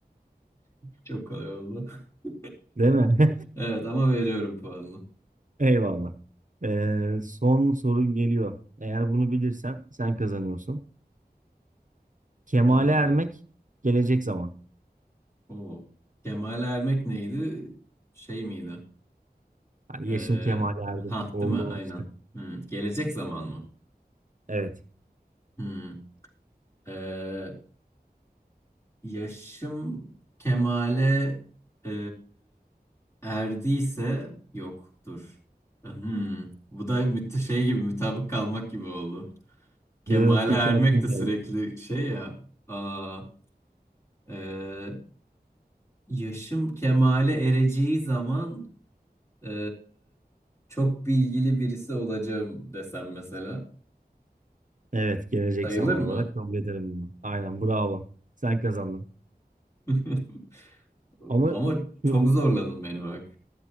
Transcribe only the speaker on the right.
Değil mi?
<laughs> Eyvallah. Ee, son sorun geliyor. Eğer bunu bilirsen sen kazanıyorsun. Kemale
ermek gelecek zaman.
Yani
yaşım kemale erdi.
Olgunlaştı.
Evet.
Dıt iki
hakkım
kaldı.
Evet gelecek
zaman
olarak kabul ederim bunu. Aynen bravo. Sen kazandın.
Ama
şu